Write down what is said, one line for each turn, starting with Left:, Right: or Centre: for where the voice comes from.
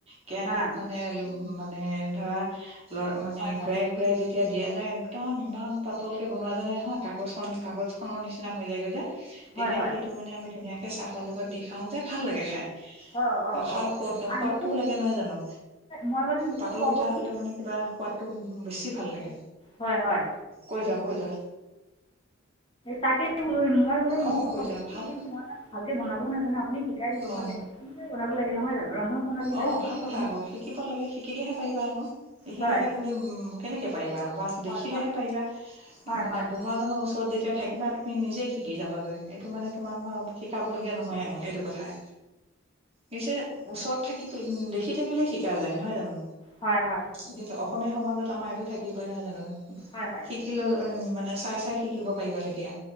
Right: কেৰাহীত
Left: হাঁ
Right: মানে মানে ধৰা লৰ মানে
Left: হয় হয়
Right: ঘূৰাই ঘূৰাই এতিয়া দিয়া যায় একদম ইমান পাতলকে বনোৱা যায় নহয় কাগজ খন কাগজ খনৰ নিচিনা হৈ যায়গৈ যে তেতিয়া
Left: হয় হয়
Right: সেইটো মানে আমি ধুনীয়াক এ চাহৰ লগত দি খাওঁ যে ভাল লাগে খাই
Left: অঁ অঁ
Right: খাই
Left: অঁ অঁ
Right: সোৱাদ
Left: আৰু
Right: সোৱাদটোও
Left: মোকো
Right: লাগে নহয় জানো
Left: মই গ'লে মোকো
Right: পাতল
Left: খোৱাবচোন
Right: পিঠা হলে মানে কিবা সোৱাদতটো বেছি ভাল লাগে,
Left: হয় হয়
Right: কৈ যোৱা কৈ যোৱা।
Left: তাকে বোলো মই বোলে মোকো
Right: অ কৈ যোৱা ভাল
Left: মই ভালকে বনাব নাজানো আপুনি শিকাই দিব
Right: অ
Left: মই তেনেকে লাগে নহয় জানো? ৰন্ধন প্ৰণালীটো
Right: অ' ভাল কথা
Left: বনোৱা-
Right: আকৌ শিকিব লাগে শিকিলেহে পাৰিবা আকৌ, নিশিকাকে
Left: হয়
Right: তুমি উম কেনেকে পাৰিবা বা
Left: হয়
Right: দেখিলেহে পাৰিবা
Left: হয়
Right: মানে
Left: হয়
Right: বনোৱাাজনৰ ওচৰত যেতিয়া থাকিবা তুমি নিজেই শিকি যাবাগৈ এইটো মানে তোমাক শিকাবলগীয়া নহয় আৰু এইটো কথাই নিজে ওচৰত থাকি দেখি থাকিলেই শিকা যায় নহয় জানো।
Left: হয় -হয়
Right: যিহেতু অসমীয়া সমাজত আমাৰ এইটো থাকিবই নহয় জানো।
Left: হয় হয়
Right: শিকি ললে মানে। চাই চাই শিকিব পাৰিবা তেতিয়া।